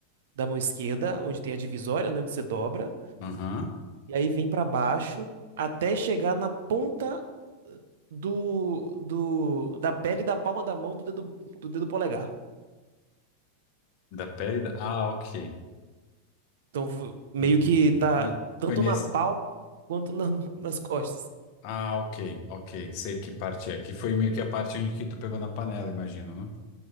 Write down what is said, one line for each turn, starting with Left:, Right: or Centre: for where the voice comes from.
Right: da mão esquerda, onde tem a divisória, né, onde você dobra,
Left: Aham.
Right: e aí vem pra baixo até chegar na ponta do, do da pele da palma da mão do dedo do dedo polegar.
Left: Da pele da. Ah, ok.
Right: Então vo- meio
Left: Entendi.
Right: que tá
Left: Foi,
Right: tanto
Left: foi nesse.
Right: na palma quanto na- nas costas.
Left: Ah, ok, ok. Sei que parte é. Que foi meio que a parte onde que tu pegou na panela, imagino, né?